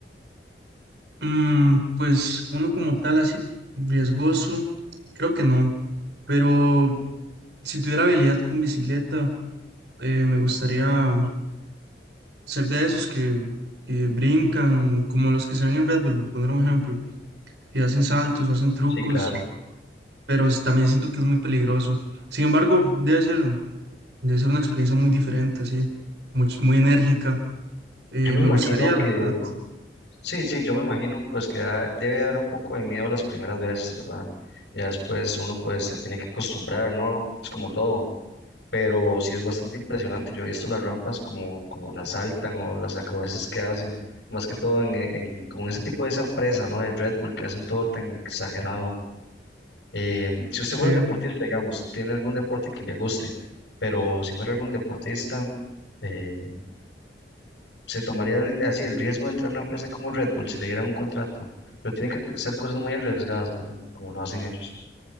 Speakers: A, on the right (about 75°); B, on the left (about 80°).
A: Mm, pues uno como tal así riesgoso, creo que no. Pero si tuviera habilidad con bicicleta, eh, me gustaría ser de esos que, que brincan, como los que se ven en Red Bull, por poner un ejemplo, que hacen saltos o hacen trucos,
B: Sí, claro.
A: pero s- también siento que es muy peligroso. Sin embargo, debe ser, debe ser una experiencia muy diferente, así, much- muy, enérgica. Eh,
B: Yo me
A: me
B: imagino
A: gustaría,
B: que,
A: la verdad.
B: sí, sí, yo me imagino pues que da- debe dar un poco de miedo las primeras veces, ¿verdad? Ya después uno pues se tiene que acostumbrar, ¿no? Es como todo, pero sí es bastante impresionante. Yo he visto las rampas como, como las saltan o las acrobacias que hacen, más que todo en, en, como en ese tipo de esa empresa, ¿no? De Red Bull que hacen todo tan exagerado. Eh, si usted
A: Sí.
B: fuera un deportista, digamos, tiene algún deporte que le guste, pero si fuera algún deportista, eh, se tomaría el- así el riesgo de entrar a una empresa como Red Bull si le diera un contrato, pero tiene que ser cosas muy arriesgadas, ¿verdad? Como lo hacen ellos.